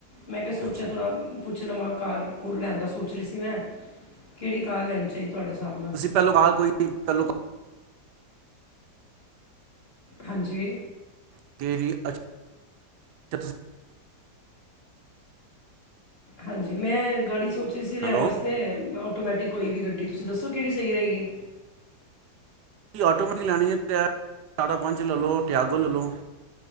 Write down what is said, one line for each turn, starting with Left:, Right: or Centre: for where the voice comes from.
Left: ਮੈਂ ਕਿਹਾ ਸੋਚਿਆ
Right: ਅੱਛਾ
Left: ਥੋੜ੍ਹਾ
Right: ਜੀ
Left: ਪੁੱਛ ਲਵਾਂ ਕਾਰ-ਕੂਰ ਲੈਣ ਦਾ ਸੋਚ ਰਹੀ ਸੀ ਮੈਂ, ਕਿਹੜੀ ਕਾਰ ਲੈਣੀ ਚ ਸਹੀ ਤੁਹਾਡੇ ਹਿਸਾਬ ਨਾਲ
Right: ਪਹਿਲ ਆ ਕੋਈ ਪਹਿਲ <inaudible>
Left: ਹਾਂਜੀ।
Right: <unintelligible> ਤੁਸੀਂ
Left: ਹਾਂਜੀ ਮੈਂ ਗਾੜੀ ਸੋਚੀ ਸੀ ਲੈਣ
Right: ਹੈਲੋ
Left: ਵਾਸਤੇ ਮੈਂ ਆਟੋਮੈਟਿਕ ਕੋਈ ਵੀ ਗੱਡੀ ਤੁਸੀਂ ਦੱਸੋ ਕਿਹੜੀ ਸਹੀ ਰਹੇਗੀ?
Right: ਆਟੋਮੈਟਿਕ ਲੈਣੀ ਹੈ ਚਾਰਾ ਪੰਜਚ ਲੈ ਲਓ ਟਿਆਗੋ ਲੈ ਲਓ।